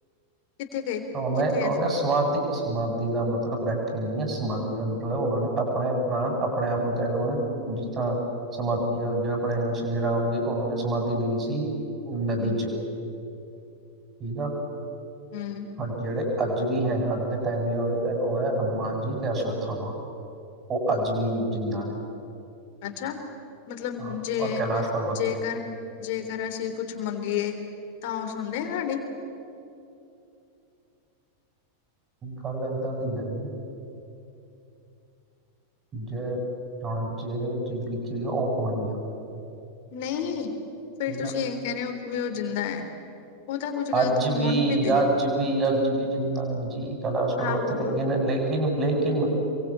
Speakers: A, on the left (about 50°); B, on the right (about 25°).
A: ਕਿੱਥੇ ਗਏ
B: ਨ
A: ਕਿੱਥੇ
B: ਓਨ ਸਮਾਧੀ ਸਮਾਧੀ ਦਾ ਮਤਲਬ ਬੈਠੇ ਨੀ ਹੈ ਸਮਾਧੀ ਦਾ ਮਤਲਬ ਉਹਨਾਂ ਨੇ ਆਪਣੇ ਪ੍ਰਾਣ ਆਪਣੇ ਆਪ ਨੂੰ ਉਹ ਨੂੰ ਜਿਸ ਤਰ੍ਹਾਂ ਸਮਾਧੀ ਜਿਹੜੇ ਆਪਣੇ ਸ਼੍ਰੀ ਰਾਮ ਜੀ ਉਹਨਾਂ ਨੇ ਸਮਾਧੀ ਲਈ ਸੀ। ਉਹ ਨਦੀ
A: ਹੂੰ
B: ਚ ਠੀਕ ਆ।
A: ਹਮ
B: ਹਾਂਜੀ ਜਿਹੜੇ ਅੱਜ ਵੀ ਹੈ ਅੱਜ ਦੇ ਟਾਈਮ ਵੀ ਉਹ ਹੈ ਹਨੂੰਮਾਨ ਜੀ ਤੇ ਅਸ਼ਵਥਾਮਾਂ। ਉਹ ਅੱਜ ਵੀ ਜਿੰਦਾ ਨੇ।
A: ਅੱਛਾ ਮਤਲਬ
B: ਹਾਂ
A: ਜੇ
B: ਔਰ ਕੈਲਾਸ਼ ਪਰਬਤ
A: ਜੇਕਰ
B: ਤੇ
A: ਜੇਕਰ ਅਸੀਂ ਕੁਛ ਮੰਗੀਏ ਤਾਂ ਉਹ ਸੁਣਦੇ ਸਾਡੀ
B: ਗੱਲ ਏਦਾਂ ਦੀ ਹੈਗੀ ਜੇ ਹੁਣ ਜੇ ਚੀਜ਼ ਲਿਖੀਈ ਉਹ ਹੋਣੀ ਆ
A: ਨਹੀਂ ਫਿਰ
B: ਠੀਕ
A: ਤੁਸੀਂ
B: ਆ
A: ਇਹ ਕਹਿਨੇ ਹੋ ਕਿ ਉਹ ਜਿੰਦਾ ਹੈ ਉਹ ਤਾਂ ਕੁੱਝ ਗ਼ਲਤ
B: ਅੱਜ
A: ਹੋਣ
B: ਵੀ
A: ਨੀ ਦੇ
B: ਅੱਜ ਵੀ ਅੱਜ ਵੀ ਜਿੰਦਾ ਨ ਜੀ ਕਲਾਸ਼ ਪਰਬਤ
A: ਆਹੋ
B: ਲੇਕਿਨ ਲੇ ਲੇਕਨ ਲੇਕਿਨ